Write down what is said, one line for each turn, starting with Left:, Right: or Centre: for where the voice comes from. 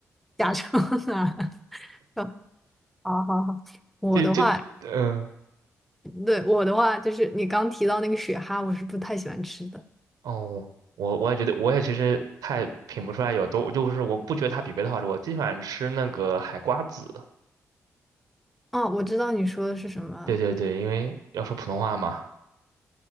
Centre: 假装啊，<laughs> 哦好好好，我的话，
Right: 就就嗯、
Centre: 对，我的话就是你刚提到那个雪蛤，我是不太喜欢吃的。
Right: 哦，我我也觉得，我也其实太品不出来有多，就是我不觉得它比别的好吃。我最喜欢吃那个海瓜子。
Centre: 哦，我知道你说的是什么，
Right: 对对对，因为要说普通话嘛。